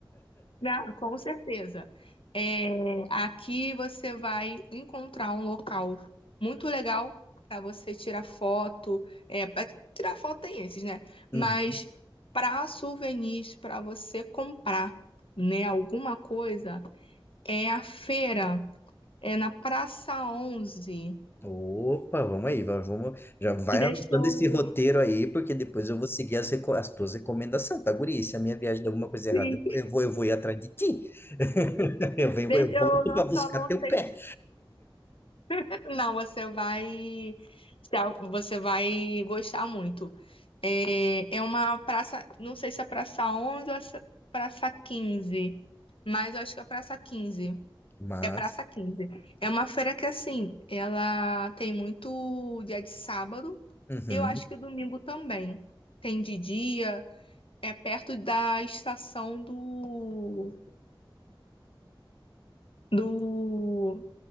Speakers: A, on the left; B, on the left.
A: Não, com certeza. É, aqui você vai encontrar um local muito legal para você tirar foto. É, pra tirar foto tem esses, né?
B: Uhum.
A: Mas para souvenirs, para você comprar, né, alguma coisa, é a feira, é na Praça onze
B: Opa, vamos aí, vai- vamos, já vai
A: Deixa
B: anotando
A: eu.
B: esse roteiro aí, porque depois eu vou seguir as, reco- as tuas recomendações, tá, guri? Se a minha viagem der alguma coisa errada,
A: Sim,
B: eu vou, eu vou ir atrás de ti. <laughs> Eu venho,
A: deixa
B: eu
A: eu
B: volto
A: não,
B: para buscar
A: só não
B: teu
A: sei.
B: pé.
A: se- Não, você vai. tá, Você vai gostar muito. É, é uma praça, não sei se é Praça 11 ou é Praça quinze mas eu acho que é Praça quinze
B: Mas,
A: É Praça quinze É uma feira que, assim, ela tem muito dia de sábado,
B: uhum,
A: eu acho que domingo também. Tem de dia, é perto da estação do, do,